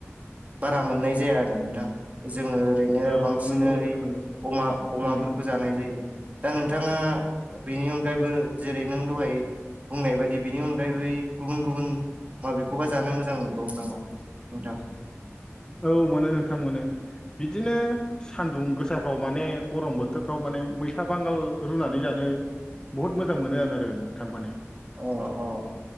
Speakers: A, on the right; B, on the left.
A: बारा मोननाय जाया आरो नोंथां जोङो ओरैनो
B: औ
A: बांसिनै
B: औ नंगौ नोंथां नंगौ
A: अमा अमाफोरखो
B: उम
A: जानाय जायो दा नोंथाङा बिनि अनगायैबो जेरै नों दहाय बुंनाय बादि बिनि अनगायै बै गुबुन गुबुन माबेखौबा जानो मोजां मोनबावो नामा नोंथां?
B: औ मोनो नोंथां मोनो बिदिनो सान दुं गोसाफ्राव माने गरम बोथोरफ्राव माने मैथा बांगाल रुनानै जानो बहुत मोजां मोनो आं आरो नोंथां माने
A: अ अ